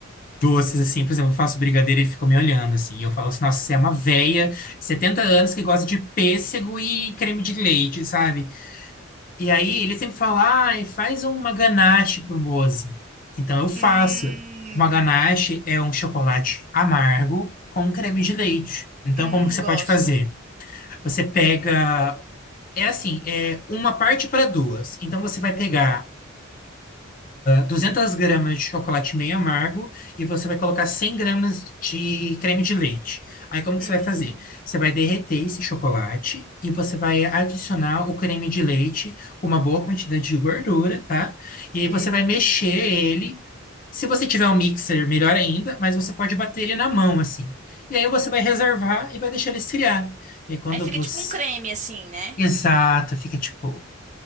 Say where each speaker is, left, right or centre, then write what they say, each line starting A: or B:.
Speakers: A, on the left; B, on the right.
A: doces, assim, por exemplo, eu faço brigadeiro e ele fica me olhando, assim, e eu falo assim, nossa, você é uma véia, 70 anos, que gosta de pêssego e creme de leite, sabe? E aí ele sempre fala, ai, faz uma ganache pro Mose. Então eu faço.
B: Hum,
A: Uma ganache é um chocolate amargo com creme de leite. Então,
B: hum,
A: como que você
B: gosto.
A: pode fazer? Você pega, é assim, é uma parte para duas. Então, você vai pegar 200 gramas de chocolate meio amargo e você vai colocar 100 gramas de creme de leite. Aí como que
B: Hum,
A: você vai fazer? Você vai derreter esse chocolate e você vai adicionar o creme de leite com uma boa quantidade de gordura, tá? E aí
B: hum.
A: você vai mexer ele. Se você tiver um mixer, melhor ainda, mas você pode bater ele na mão assim. E aí você vai reservar e vai deixar ele esfriar. E aí quando
B: Aí fica
A: você...
B: tipo um creme, assim, né?
A: Exato, fica tipo